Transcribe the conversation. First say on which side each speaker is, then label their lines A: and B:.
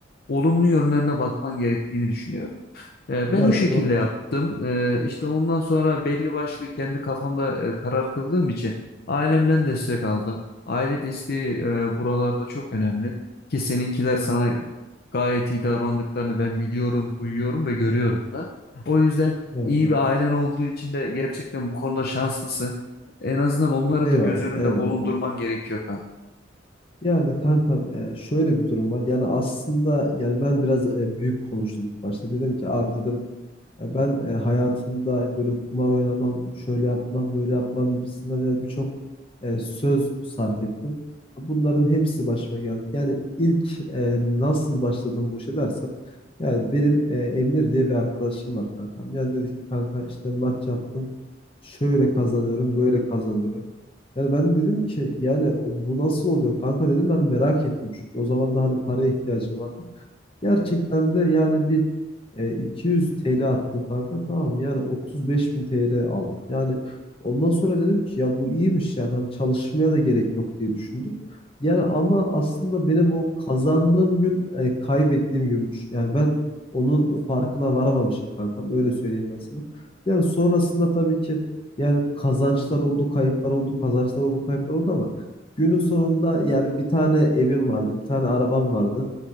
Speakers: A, on the left (about 55°); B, on the left (about 30°).
A: olumlu yönlerine bakman gerektiğini düşünüyorum. E, Ben
B: Ya
A: o şekilde
B: doğru.
A: yaptım. E, İşte ondan sonra belli başlı kendi kafamda e, karar kıldığım için ailemden destek aldım. Aile desteği e, buralarda çok önemli. Ki seninkiler sana gayet iyi davrandıklarını ben biliyorum, duyuyorum ve görüyorum da. O yüzden
B: Evet
A: iyi
B: kanka.
A: bir ailen olduğu için de gerçekten bu konuda şanslısın. En azından onları
B: Eyvallah,
A: da göz önünde
B: eyvallah
A: bulundurman
B: kanka.
A: gerekiyor kanka.
B: Yani kankam e, şöyle bir durum var. Yani aslında yani ben biraz e, büyük konuştum ilk başta. Dedim ki abi dedim "e, ben e, hayatımda böyle kumar oynamam, şöyle yapmam, böyle yapmam gibisinden yani birçok e, söz sarf ettim. Bunların hepsi başıma geldi. Yani ilk e, nasıl başladım bu işe dersen yani benim e, Emir diye bir arkadaşım var kankam. Yani dedi ki kanka işte maç yaptım. Şöyle kazanıyorum, böyle kazanıyorum. Yani ben dedim ki yani o- bu nasıl oluyor kanka dedim. ben merak ettim çünkü. O zaman da hani paraya ihtiyacım vardı. Gerçekten de yani bir e, 200 TL attım kanka tamam yani 35 bin TL aldım. Yani ondan sonra dedim ki ya bu iyiymiş yani hani çalışmaya da gerek yok diye düşündüm. Yani ama aslında benim o kazandığım gün e, kaybettiğim günmüş. Yani ben onun farkına varamamışım kankam öyle söyleyeyim ben sana. Yani sonrasında tabii ki yani kazançlar oldu kayıplar oldu kazançlar oldu kayıplar oldu ama günün sonunda yani bir tane evim vardı bir tane arabam vardı.